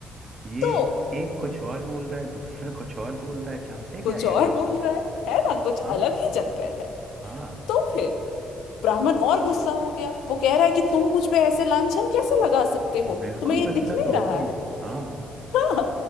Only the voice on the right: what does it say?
ये
एक कुछ और बोल रहा है दूसरा कुछ और बोल रहा है चाहते क्या
ये
हाँ
हाँ
बिल्कुल
गुस्सा
तो होगा
ही
हाँ